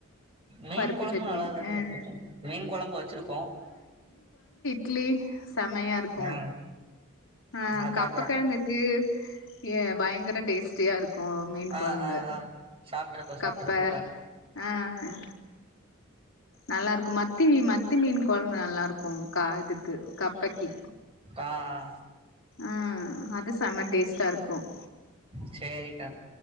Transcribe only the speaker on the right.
மீன்
கொழம்பு
நல்லா தானே
வச்சிருக்கோ மீன் குழம்பு வச்சிருக்கோ
ம்
அதாக்கா
ஆ
ஆ ஆ சாப்ட்ருக்கோ
சாப்ட்ருக்கோக்கா
ஆ ஆ
ச்சேரிக்கா